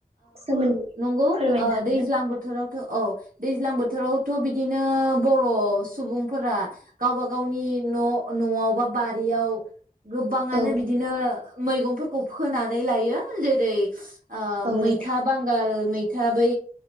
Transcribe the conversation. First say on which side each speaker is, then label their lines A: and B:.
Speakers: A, on the right; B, on the right.
A: सोमोन्दै
B: नंगौ
A: फोरमायनो
B: ओ
A: हागोन
B: दैज्लां
A: ना?
B: बोथोराव औ दैज्लां बोथोरावथ बिदिनो बर' सुबुंफोरा गावबा गावनि न' न'आव बा बारियाव गोबाङानो
A: औ
B: बिदिनो मैगंफोरखौ फोनानै लायो जेरै ओ
A: औ
B: मैथा
A: नोंथां
B: बांगाल मै था बै